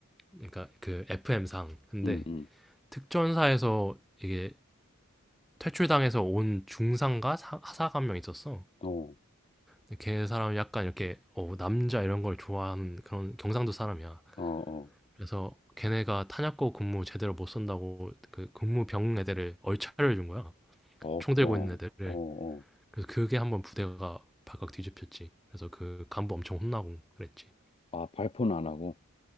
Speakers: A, in the centre; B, on the left.
A: 그러니까 그 FM상. 근데
B: 음, 음.
A: 특전사에서 이게 퇴출당해서 온 중상과 사 하사가 한 명 있었어.
B: 어,
A: 근데 걔 사람이 약간 이렇게 어 남자 이런 걸 좋아하는 그런 경상도 사람이야.
B: 어, 어.
A: 그래서 걔네가 탄약고 근무 제대로 못 선다고 그 근무병 애들을 얼차려 준 거야
B: 어,
A: 총 들고
B: 어,
A: 있는 애들을.
B: 어, 어.
A: 그래서 그게 한번 부대가 발칵 뒤집혔지. 그래서 그 간부 엄청 혼나고 그랬지.
B: 아, 발포는 안 하고.